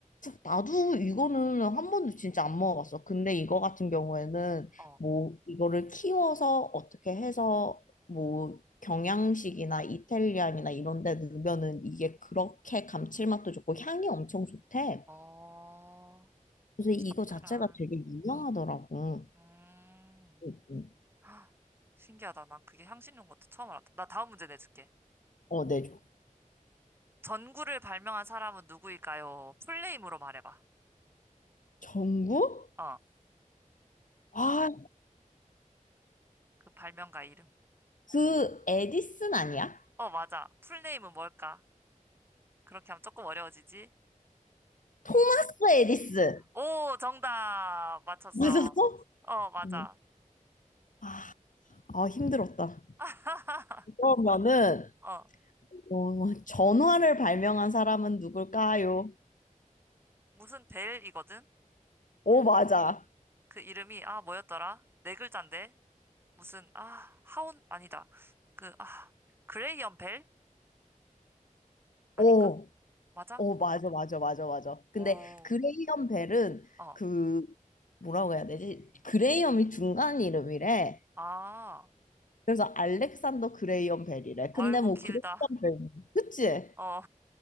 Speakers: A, on the left; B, on the right.
A: 나도 이거는 한 번도 진짜 안 먹어봤어. 근데 이거 같은 경우에는
B: 어,
A: 뭐 이거를 키워서 어떻게 해서 뭐 경양식이나 이탈리안이나 이런 데 넣으면은 이게 그렇게 감칠맛도 좋고 향이 엄청 좋대.
B: 어,
A: 그래서 이거
B: 샤프란.
A: 자체가 되게 유명하더라고.
B: 음.
A: 응, 응.
B: 아, 신기하다. 나 그게 향신료인 것도 처음 알았다. 나 다음 문제 내줄게.
A: 어, 네.
B: 전구를 발명한 사람은 누구일까요? 풀네임으로 말해봐.
A: 전구?
B: 어,
A: 아,
B: 그 발명가 이름.
A: 그 에디슨 아니야?
B: 어, 맞아. 풀네임은 뭘까? 그렇게 하면 조금 어려워지지?
A: 토마스 에디슨.
B: 오, 정답! 맞췄어.
A: 맞았어?
B: 어, 맞아.
A: 어. 아, 아, 힘들었다.
B: <laughs>
A: 그러면은
B: 어,
A: 어, 전화를 발명한 사람은 누굴까요?
B: 무슨 벨이거든?
A: 오, 맞아.
B: 네. 그 이름이, 아, 뭐였더라? 네 글자인데? 무슨, 아, 하온, 아니다. 그, 아, 그레이엄 벨? 아닌가?
A: 오,
B: 맞아?
A: 오, 맞아, 맞아, 맞아, 맞아. 근데
B: 오.
A: 그레이엄 벨은
B: 어,
A: 그 뭐라고 해야 되지? 그레이엄이 중간 이름이래.
B: 아,
A: 그래서 알렉산더 그레이엄 벨이래.
B: 아이고,
A: 근데 뭐
B: 길다.
A: 그레이엄 벨, 그치?
B: 어,